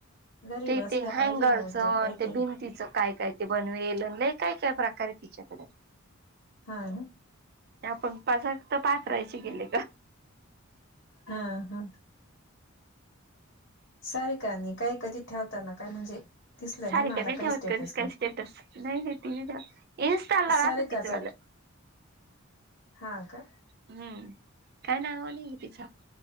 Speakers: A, on the left; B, on the right.
A: घरी
B: ते
A: बसल्या
B: ते हँगरचं
A: पाहिजे ना उद्योग
B: आन
A: काहीतरी
B: ते बिंदीचा काय काय. ते बनवेल लई काय काय प्रकार हाय तिच्याकडे.
A: हा ना.
B: ते आपण पासाक तर पातराहायचे गेले का.
A: हा हा. सारिकांनी आणि काय कधी ठेवताना काय म्हणजे दिसलं
B: सारिका
A: नाही मला काही
B: ठेवत
A: स्टेटसला.
B: कधीच काय स्टेटस नाही नाही ती नाही ठेवत इन्स्टाला
A: सारिकाचा
B: राहत तिचं वालं.
A: हा का.
B: हम्म काय नावा नाहीय तिचा.